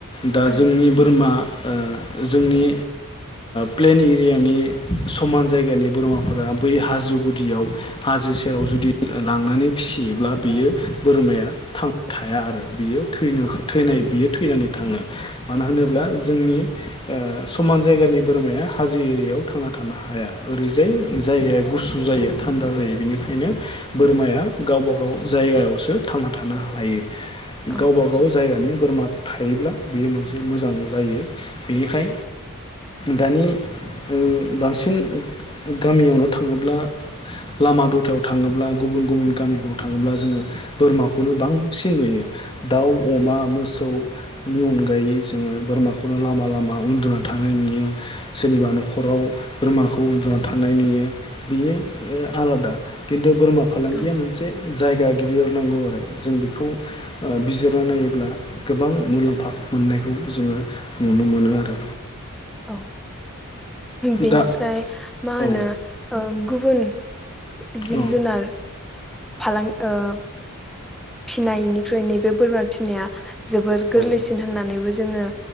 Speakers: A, on the left; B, in the centre.
A: दा
B: औ
A: जोंनि बोरमा ओ जोंनि प्लेन एरियानि समान जायगानि बोरमाफोरा बै हाजो गुदियाव हाजो सेराव जुदि लांनानै फिसियोब्ला बियो बोरमाया थांना थाया आरो बियो। थैनो थैनाय बियो थैनानै थाङो मानो होनोब्ला जोंनि समान जायगानि बोरमाया हाजो एरियायाव थांना थानो हाया ओरैजाय जायगाया गुसु जायो थान्दा जायो बेनिखायनो बोरमाया गावबा गाव जायगायावसो थांना थानो हायो। गावबा
B: औ ओं
A: गाव जायगानि बोरमा थायोब्ला बेयो मोनसे मोजां जायो बेनिखाय दानि ओ बांसिन गामियावनो थाङोब्ला लामा दथायाव थाङोब्ला गुबुन गुबुन गामिफ्राव थाङोब्ला जोङो बोरमाखौनो बांसिन नुयो दाउ अमा मोसौनि अनगायै जोङो बोरमाखौनो लामा लामा उन्दुनानै थानाय नुयो सोरनिबा न'खराव बोरमाखौ उन्दुनानै थानाय नुयो बेयो ओ आलादा बोरमा फालांगिया
B: ओं
A: मोनसे जायगा गिदिर नांगौ आरो जों बेखौ ओ बिजिरना नायोब्ला गोबां मुलाम्फा मोननायखौ जोङो नुनो मोनो आरो।
B: औ बेनिफ्राय
A: दा
B: मा
A: औ
B: होनो ओ गुबुन जिब
A: औ
B: जुनार फालां ओ फिनायनिख्रुइ नैबे बोरमा फिसिनाया जोबोर
A: औ
B: गोरलैसिन होननानैबो जों जोङो